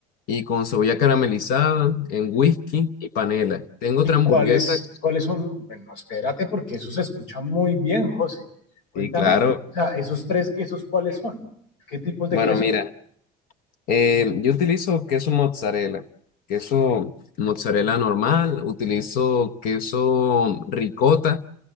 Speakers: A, on the left; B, on the left.
A: y con cebolla caramelizada en whisky y panela. Tengo
B: ¿Y
A: otra hamburguesa.
B: cuáles, cuáles son? Bueno, espérate, porque eso se escucha muy bien, José. Cuéntame,
A: Sí, claro.
B: o sea, esos tres quesos, ¿cuáles son? ¿Qué tipos de
A: Bueno,
B: queso?
A: mira. Eh, yo utilizo queso mozzarella, queso mozzarella normal, utilizo queso ricota